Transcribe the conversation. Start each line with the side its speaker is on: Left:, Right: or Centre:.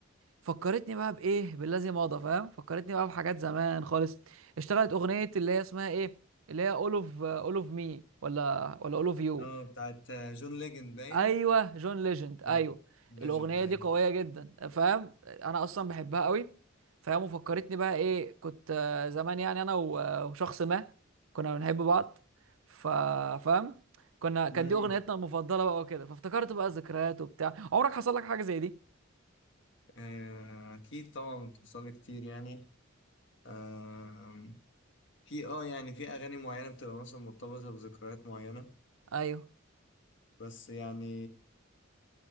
Right: فكرتني بقى بايه بالذي مضى فاهم فكرتني بقى بحاجات زمان خالص اشتغلت اغنيه اللي هي اسمها ايه اللي هي اول اوف اول اوف مي ولا ولا اول اوف يو
Left: اه بتاعت جون ليجند باين
Right: ايوه جون ليجند ايوه
Left: اه ليجند
Right: الاغنيه دي
Left: ايوه
Right: قويه جدا فاهم انا اصلا بحبها قوي فاهم وفكرتني بقى ايه كنت آه، زمان يعني انا و- وشخص ما كنا بنحب بعض ف- فاهم كنا كانت
Left: امم
Right: دي اغنيتنا المفضله بقى وكده فافتكرت بقى الذكريات وبتاع عمرك حصل لك حاجه زي دي
Left: آه، اكيد طبعا بتحصل لي كتير يعني آه، في اه يعني في اغاني معينه بتبقى مثلا مرتبطه بذكريات معينه
Right: ايوه
Left: بس يعني